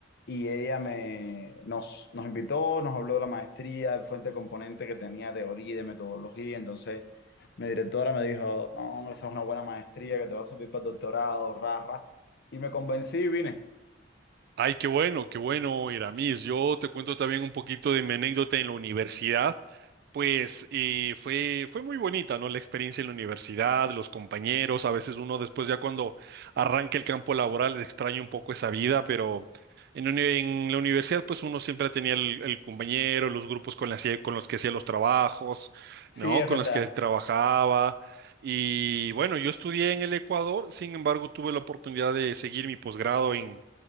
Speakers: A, on the left; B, on the right.
A: y ella me, nos, nos invitó, nos habló de la maestría, de fuente de componente que tenía teoría y de metodología. Entonces mi directora me dijo, no, esa es una buena maestría que te va a servir para el doctorado, rara. Y me convencí y vine.
B: Ay, qué bueno, qué bueno, Iramis. Yo te cuento también un poquito de mi anécdota en la universidad. Pues eh, fue, fue muy bonita, ¿no? La experiencia en la universidad, los compañeros, a veces uno después ya cuando arranca el campo laboral extraña un poco esa vida, pero en, uni- en la universidad pues uno siempre tenía el, el compañero, los grupos con, las que- con los que hacía los trabajos,
A: Sí,
B: ¿no?
A: es
B: Con
A: verdad.
B: los que trabajaba. Y bueno, yo estudié en el Ecuador, sin embargo tuve la oportunidad de seguir mi posgrado en,